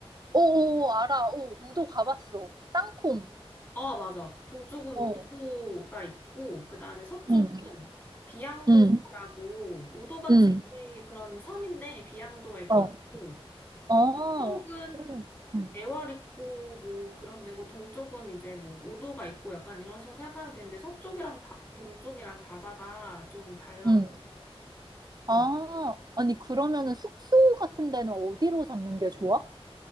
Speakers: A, on the right; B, on the left.
A: 오, 오, 오, 알아. 오, 우도 가봤어. 땅콩.
B: 어, 맞아. 동쪽은
A: 어.
B: 우도가 있고, 그 다음에 서쪽은
A: 응,
B: 비양도라고,
A: 응,
B: 우도같이
A: 응.
B: 그런 섬인데, 비양도가 이렇게
A: 어.
B: 있고,
A: 어.
B: 쪽은
A: 응, 응.
B: 애월 있고, 뭐 그런 데고, 동쪽은 이제 뭐 우도가 있고, 약간 이런 식으로 생각하면 되는데, 서쪽이랑 바, 동쪽이랑 바다가 좀 달라서,
A: 응. 아,
B: 어.
A: 아니, 그러면은 숙소 같은 데는 어디로 잡는 게 좋아?